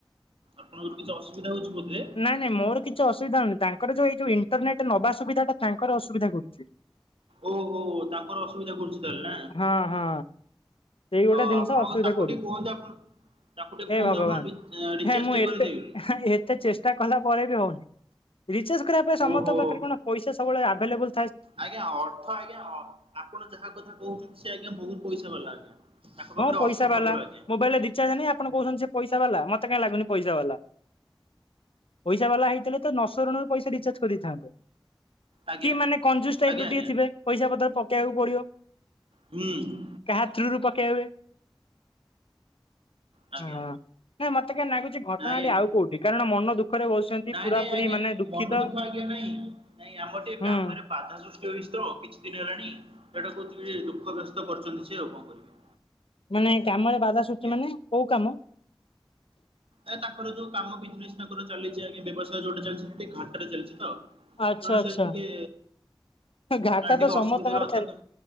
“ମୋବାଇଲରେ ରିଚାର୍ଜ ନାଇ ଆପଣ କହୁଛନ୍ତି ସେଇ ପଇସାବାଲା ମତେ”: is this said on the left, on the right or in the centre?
Left